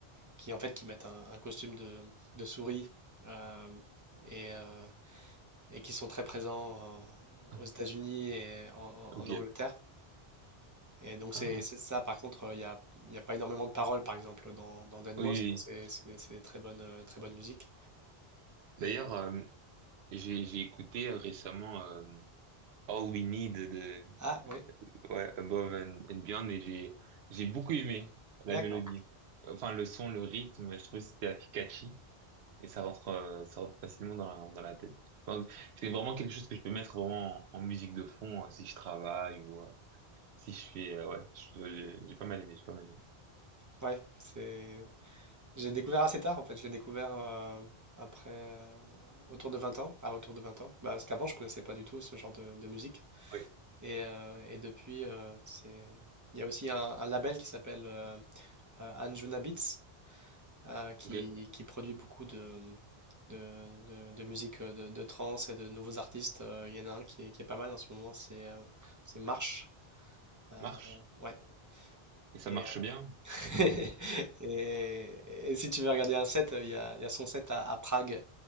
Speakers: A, on the right; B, on the right.
A: qui en fait qui mettent un, un costume de, de souris euh, et, euh, et qui sont très présents en-
B: Ah.
A: aux États-Unis et en,
B: Ok.
A: en Angleterre. Et donc
B: Ah,
A: c'est c'est ça. Par contre, il n'y a, y a pas énormément de paroles, par exemple, dans, dans deadmau5,
B: oui. oui.
A: mais c'est
B: oui.
A: c'est- c'est très bonne, euh, très bonne musique.
B: D'ailleurs,
A: Et
B: euh, j'ai j'ai écouté euh, récemment euh, All We Need de
A: ah oui,
B: ouais, Above and, and Beyond et j'ai j'ai beaucoup aimé la
A: d'accord.
B: mélodie. Enfin, le son, le rythme, je trouve que c'était efficace. et ça rentre, euh, ça rentre facilement dans la, dans la tête. Donc, c'est vraiment quelque chose que je peux mettre vraiment en, en musique de fond euh, si je travaille ou euh, si je fais, euh, ouais, je- ouais, j'ai j'ai pas mal aimé, j'ai pas mal aimé.
A: Ouais, c'est J'ai découvert assez tard en fait, je l'ai découvert euh, après euh, autour de 20 ans, ah autour de 20 ans, bah, parce qu'avant je connaissais pas du tout ce genre de, de musique
B: Oui,
A: et, euh, et depuis euh, c'est il y a aussi un, un label qui s'appelle euh, euh, Anjuna Beats euh, qui,
B: ok,
A: qui produit beaucoup de de, de, de musique euh, de, de trance et de nouveaux artistes, Euh, il y en a un qui est, qui est pas mal en ce moment, c'est euh, c'est Marche. Euh,
B: marche.
A: ouais
B: Et ça
A: et,
B: marche bien.
A: euh, <laughs> et, et si tu veux regarder un set, euh, il y a, il y a son set à, à Prague